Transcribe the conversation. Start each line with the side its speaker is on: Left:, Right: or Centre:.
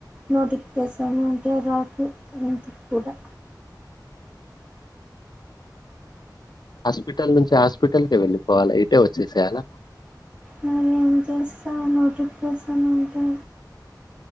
Right: నోటిఫికేషన్ ఉంటే రాకు ఇంటికూడా
Left: హాస్పిటల్ నుంచి హాస్పటల్ కే వెళ్ళిపోవాలా ఇటే వచ్చేసేయలా
Right: మరి ఏం చేస్తావ్ నోటిఫికేషన్ ఉంటే